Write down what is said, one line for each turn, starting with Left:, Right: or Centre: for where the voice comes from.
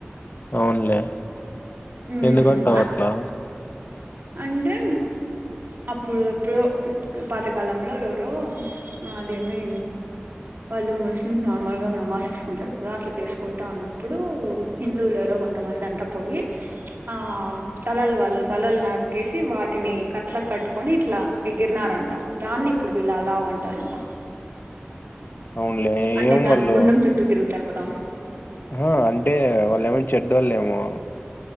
Left: అవున్లే
Right: మ్మ్
Left: ఎందుకంట అవట్లా.
Right: అంటే. అప్పుడు ఎప్పుడో పాతకాలంలో ఎవరో అదేమి. వాళ్ళు ముస్లింస్ నార్మల్ గా మనమాస్ చేసుకుంటారు కదా అట్లా చేసుకుంటా ఉన్నప్పుడు. హిందువులు ఎరో కొంతమంది అంతా పోయి ఆ తలల్ వాళ్ళ. తలలు నరికేసి వాటిని కట్లక్ కట్టుకొని ఇట్లా ఎగిరినారంట దాన్ని. ఇప్పుడు వీళ్ళు అలా వంటారంట.
Left: అవునులే
Right: అంటే
Left: ఏం
Right: దాని
Left: వాళ్ళు
Right: గుండెం చుట్టూ తిరుగుతారు కదా.
Left: ఆ అంటే వాళ్ళు ఏమన్నా చెడ్డోలేమో